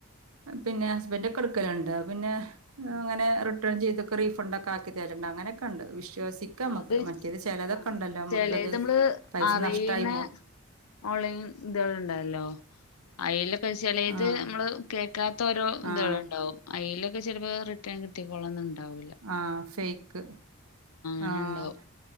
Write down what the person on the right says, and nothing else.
പിന്നെ ഹസ്ബൻണ്ടൊക്കെ എടുക്കലുണ്ട് പിന്നെ ആ
അങ്ങനെ റിട്ടേൺ ചെയ്തക്കെ റീഫണ്ട് ഒക്കെ ആക്കിതരണ്ട് അങ്ങനെയൊക്കെണ്ട് വിശ്വസിക്ക ക്കാം നമക്ക്
മറ്റേത് ചിലതൊക്കെണ്ടല്ലോ
നമക്കത്
പൈസ
നഷ്ടമായി
ആഹ്
ആഹ്
ആഹ് ഫേക്ക്
ആഹ്